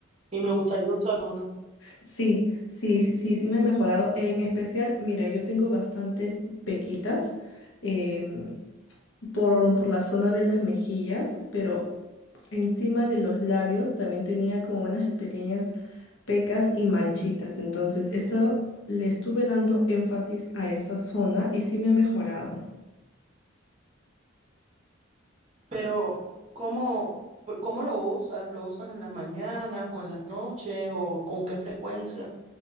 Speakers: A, on the right; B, on the left.
A: y me gustaría usar uno.
B: Sí, sí, sí, sí, sí me ha mejorado. En especial, mira, yo tengo bastantes pequitas em, por, por la zona de las mejillas, pero encima de los labios también tenía como unas pequeñas pecas y manchitas. Entonces, esto le estuve dando énfasis a esa zona y sí me ha mejorado.
A: Pero, ¿cómo, cómo lo usas? ¿Lo usas en las mañanas o en las noches o con qué frecuencia?